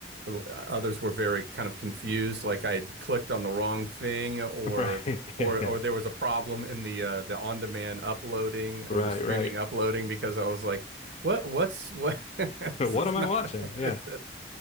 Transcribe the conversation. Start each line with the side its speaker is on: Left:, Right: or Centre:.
Right: l- others were very kind of confused. Like I had clicked on the wrong thing, or
Left: Right.
Right: or
Left: Yeah, yeah.
Right: or there was a problem in the uh, the on-demand uploading or
Left: Right,
Right: the streaming
Left: right.
Right: uploading because I was like, what what's what? <laughs> This
Left: <laughs> What
Right: is
Left: am
Right: not
Left: I watching?
Right: <laughs> what
Left: Yeah.
Right: is this?